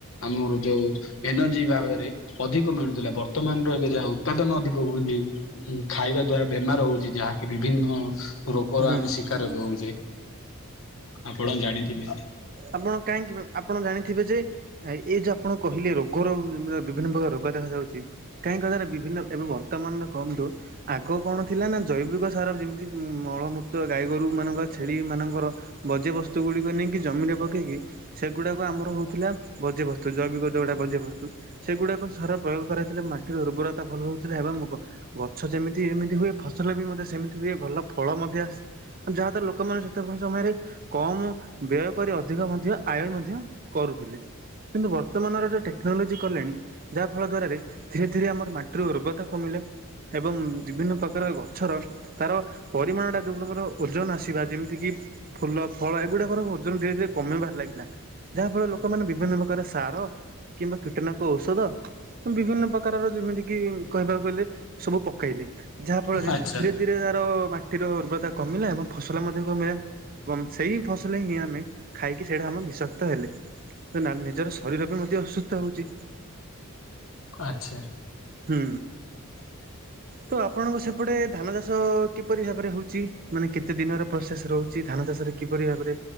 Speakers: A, on the left; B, on the right.
A: ଆମର ଯୋଉ ଏନର୍ଜି ଭାଗରେ ଅଧିକ ମିଳୁଥିଲା, ବର୍ତ୍ତମାନର ଏବେ ଯାହା ଉତ୍ପାଦନ ଅଧିକ ହଉନି। ହୁଁ ଖାଇବା ଦ୍ଵାରା ବେମାର ହଉଛି ଯାହାକି ବିଭିନ୍ନ ରୋଗର
B: ହୁଁ
A: ଆମେ ଶିକାର ବି ହଉଛେ। ଆପଣ ଜାଣିଥିବେ।
B: ଆପଣ କାହିଁକି ଆପଣ ଜାଣି ଥିବେ ଯେ ଆ ଏ ଯୋଉ ଆପଣ କହିଲେ ରୋଗର ବିଭିନ୍ନ ପ୍ରକାର ରୋଗ ଦେଖାଯାଉଛି କାହିଁ କଥାରେ ବି ଭିନ୍ନ ଏବେ ବର୍ତ୍ତମାନରେ କମ୍ ଦଉ। ଆଗ କଣ ଥିଲା ନା ଜୈବିକ ସାର ଯେମିତି ମଳମୂତ୍ର ଗାଈଗୋରୁ ମାନଙ୍କର ଛେଳି ମାନଙ୍କର ବର୍ଜ୍ୟ ବସ୍ତୁଗୁଡିକ ନେଇକି ଜମିରେ ପକେଇକି ସେଗୁଡ଼ାକ ଆମର ହଉଥିଲା ବର୍ଜ୍ୟବସ୍ତୁ ଜୈବିକ ଯଉଗୁଡ଼ା ବର୍ଜ୍ୟବସ୍ତୁ। ସେଗୁଡ଼ାକ ସାର ପ୍ରୟୋଗ କରାଇଥିଲେ ମାଟିର ଉର୍ବରତା ଭଲ ରହୁଥିଲା ଏବଂ ମୁଗ। ଗଛ ଯେମିତି ଏମିତି ହୁଏ ଫସଲ ବି ମଧ୍ୟ ସେମିତି ହୁଏ ଭଲ ଫଳ ମଧ୍ୟ ଆସେ। ଆ ଯାହାଦ୍ୱାରା ଲୋକମାନେ ସେତେବେଳ ସମୟରେ କମ୍ ବ୍ୟୟ କରି ଅଧିକ ମଧ୍ୟ ଆୟ ମଧ୍ୟ କରୁଥିଲେ। କିନ୍ତୁ ବର୍ତ୍ତମାନର ଯୋଉ ଟେକ୍ନୋଲୋଜି କଲେଣି ଯାହା ଫଳ ଦ୍ଵାରାରେ ଧୀରେ ଧୀରେ ଆମର ମାଟିର ଉର୍ବତା କମିଲା ଏବଂ ବିଭିନ୍ନ ପ୍ରକାର ଗଛର ତାର ପରିମାଣଟା ଯୋଉ <unintelligible> ଓଜନ ଆସିବା ଯେମିତି କିି ଫୁଲ ଫଳ ଏଗୁଡ଼ାକର ଓଜନ ଧୀରେ ଧୀରେ କମେଇବାରେ ଲାଗିଲା। ଯାହା ଫଳରେ ଲୋକମାନେ ବିଭିନ୍ନ ପ୍ରକାର ସାର, କିମ୍ବା କୀଟନାକ ଔଷଧ ବିଭିନ୍ନ ପ୍ରକାରର ଯେମିତି କିି କହିବାକୁ ଗଲେ ସବୁ ପକେଇଲେ ଯାହାଫଳରେ
A: ଆଚ୍ଛା
B: ଧୀରେ ଧୀରେ ଆର ମାଟିର ଉର୍ବରତା କମିଲା ଏବଂ ଫସଲ ମଧ୍ୟ କମିଲା। ଏବଂ ସେଇ ଫସଲ ହିଁ ଆମେ ଖାଇକି ସେଇଟା ଆମେ ବିଷାକ୍ତ ହେଲେ। ନା ନିଜର ଶରୀର ବି ମଧ୍ୟ ଅସୁସ୍ଥ ହଉଛି।
A: <inaudible> ଆଚ୍ଛା।
B: ହୁଁ।
A: <inaudible>
B: ତ ଆପଣଙ୍କ ସେପଟେ ଧାନ ଚାଷ କିପରି ଭାବରେ ହଉଛି ମାନେ କେତେ ଦିନର ପ୍ରୋସେସ ରହୁଛି ଧାନ ଚାଷରେ? କିପରି ଭାବରେ